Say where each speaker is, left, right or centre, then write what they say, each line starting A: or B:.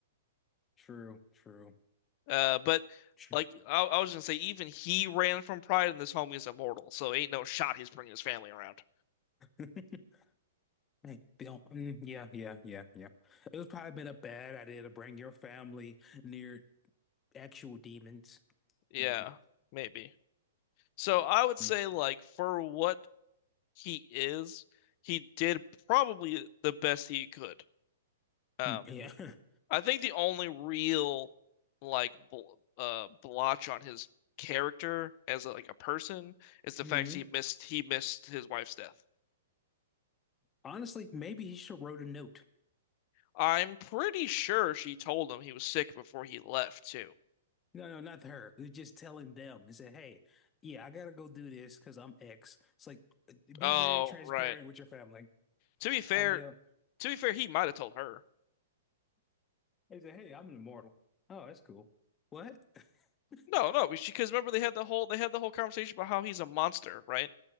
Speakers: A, on the left; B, on the left.
A: True, true.
B: Uh, but
A: True.
B: like I, I was gonna say, even he ran from pride, and this homie is immortal, so ain't no shot he's bringing his family around.
A: <laughs> Hey, Bill. Mm, yeah, yeah, yeah, yeah. It was probably been a bad idea to bring your family near actual demons,
B: Yeah,
A: maybe.
B: maybe. So I would
A: Mm,
B: say, like, for what he is, he did probably the best he could. Um,
A: mm, yeah.
B: I think the only real like bl uh blotch on his character as a, like a person is the
A: <laughs> hmm
B: fact he missed he missed his wife's death.
A: Honestly, maybe he should have wrote a note.
B: I'm pretty sure she told him he was sick before he left too.
A: No, no, not her. They're just telling them. He said, "Hey, yeah, I gotta go do this because I'm X." It's like uh, be
B: Oh,
A: very transparent
B: right.
A: with your family.
B: To be fair,
A: I knew.
B: to be fair, he might have told her.
A: He said, "Hey, I'm an immortal." Oh, that's cool. What? <laughs>
B: No, no, she because remember they had the whole they had the whole conversation about how he's a monster, right?